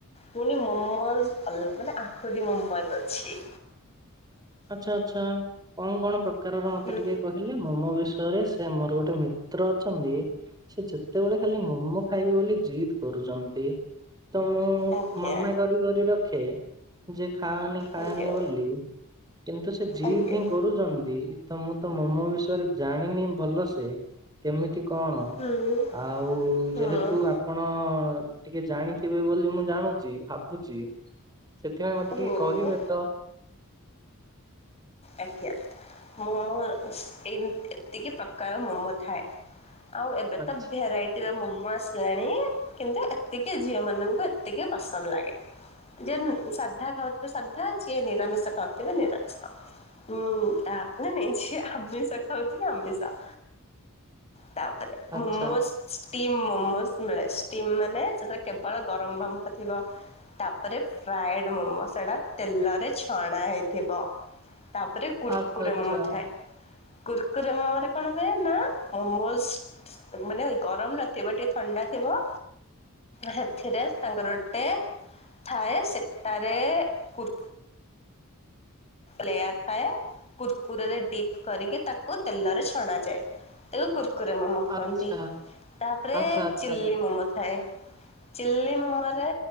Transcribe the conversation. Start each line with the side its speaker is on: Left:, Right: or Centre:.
Left: ପୁଣି ମୋମୋସ ଅଲ ମାନେ ଆହୁରି ମୋମୋସ ଅଛି।
Right: ଆଚ୍ଛା ଆଚ୍ଛା କଣ କଣ ପ୍ରକାରର ମତେ
Left: ହୁଁ
Right: ଟିକେ କହିଲେ ମୋମୋ ବିଷୟରେ ସେ ମୋର ଗୋଟେ ମିତ୍ର ଅଛନ୍ତି ସେ ଯେତେବେଳେ ଖାଲି ମୋମୋ ଖାଇବେ ବୋଲି ଜିଦ୍ କରୁଛନ୍ତି। ତ ମୁଁ
Left: ଆଜ୍ଞା
Right: ମନା କରି କରି ରଖେ ଯେ ଖାଆନି ଖାଆନି
Left: ଆଜ୍ଞା
Right: ବୋଲି କିନ୍ତୁ ସେ ଯିଦି
Left: ଆଜ୍ଞା
Right: ହିଁ କରୁଛନ୍ତି ତ ମୁଁ ତ ମୋମୋ ବିଷୟରେ ଜାଣିନି ଭଲସେ କେମିତି କଣ
Left: ହୁଁ
Right: ଆଉ
Left: ହୁଁ।
Right: ଯେହେତୁ ଆପଣ ଟିକେ ଜାଣିଥିବେ ବୋଲି ମୁଁ ଜାଣୁଛି ଭାବୁଛି। ସେଥିପାଇଁ ମତେ
Left: ହୁଁ
Right: ଟିକେ କହିବେ ତ।
Left: ଆଜ୍ଞା ମୋମୋ ଏତିକି ପ୍ରକାର ମୋମୋ ଥାଏ। ଆଉ ଏବେ
Right: ଆଚ୍ଛା
Left: ତ ଭେରାଇଟି ଏ ମୋମୋ ଆସିଲାଣି କିନ୍ତୁ ଏତିକି ଝିଅ ମାନଙ୍କୁ ଏତିକି ପସନ୍ଦ ଲାଗେ। ଯେ ସାଧା ଖାଉଥିବେ ସାଧା ଯିଏ ନିରାମିଷ ଖାଉଥିବେ ନିରାମିଷ ହୁଁ ନ ନାଇଁ ଯ ଆମ୍ସା ଖାଉଛି ଆମ୍ମସା। ତାପରେ
Right: ଆଚ୍ଛା
Left: ମୋମୋସ୍ ଷ୍ଟିମ୍ ମୋମୋ ମୀଳେ ଷ୍ଟିମ୍ ମାନେ କେବଳ ଗରମ ବାମ୍ଫ ଥିବ। ତାପରେ ଫ୍ରାଏଡ ମମୋସ ଟା ତେଲରେ ଛଣା ହେଇଥିବ। ତାପରେ କୁର୍କୁରା
Right: ଆଚ୍ଛା
Left: ମୋମୋ
Right: ଆଚ୍ଛା।
Left: ଥାଏ। କୁର୍କୁର ମୋମୋରେ କଣ ହୁଏ ନା ମୋମୋଜ ମାନେ ଗରମ ନଥିବ ଟିକେ ଥଣ୍ଡା ଥିବ ସେଥିରେ ସାଙ୍ଗରଟେ ଥାଏ ସେଟାରେ କୁର୍ ଲେୟାର ଥାଏ କୁର୍କୁରରେ ଡିପ କରିକି ତାକୁ ତେଲରେ ଛଣାଯାଏ। ତେବେ କୁର୍କୁରେ ମୋମ ଖୁଆନ୍ତି
Right: ଆଚ୍ଛା
Left: ତାପରେ
Right: ଆଚ୍ଛା ଆଚ୍ଛା
Left: ଚିଲ୍ଲି ମୋମୋ ଥାଏ। ଚିଲି ମୋମୋ ରେ